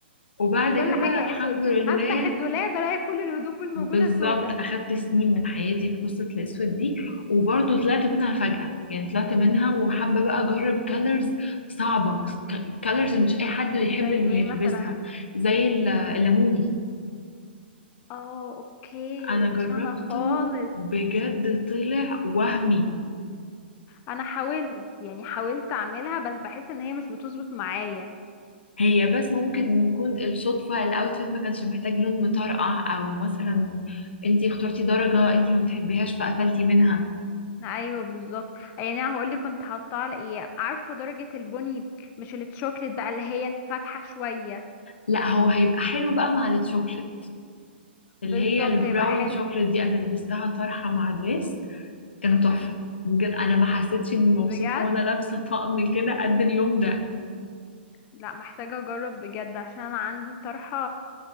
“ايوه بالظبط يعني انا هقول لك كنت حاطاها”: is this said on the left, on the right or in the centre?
Left